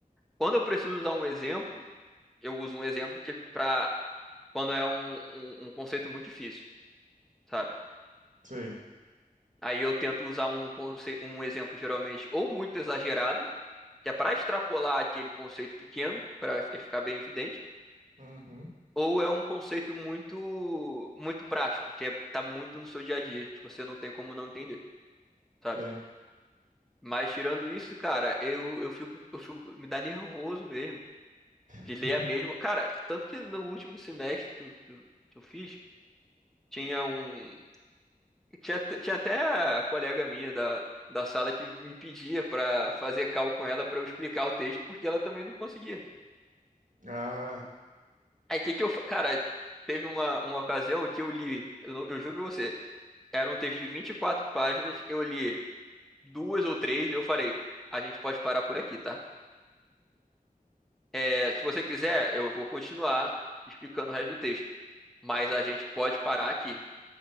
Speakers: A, in the centre; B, on the right (about 60°).
A: Quando eu preciso usar um exemplo, eu uso um exemplo que pra, quando é um, um um conceito muito difícil, sabe?
B: sim.
A: Aí eu tento usar um, conce- um exemplo geralmente ou muito exagerado, que é para extrapolar aquele conceito pequeno, para ele ficar bem evidente,
B: Uhum,
A: ou é um conceito muito muito prático, que é, tá muito no seu dia a dia, que você não tem como não entender, sabe?
B: sim.
A: Mas tirando isso, cara, eu, eu fico, eu fico, me dá nervoso mesmo
B: <laughs>
A: de ler a mesma. Cara, tanto que no último semestre que eu, que eu, que eu fiz, tinha um, Tinha, tinha até a colega minha da, da sala que me pedia pra fazer call com ela pra eu explicar o texto, porque ela também não conseguia.
B: Ah,
A: Aí que que eu. fa- Cara, teve uma, uma ocasião que eu li, eu, não- eu juro pra você, era um texto de 24 páginas, eu li duas ou três, e eu falei, a gente pode parar por aqui, tá? É, se você quiser, eu vou continuar explicando o resto do texto, mas a gente pode parar aqui.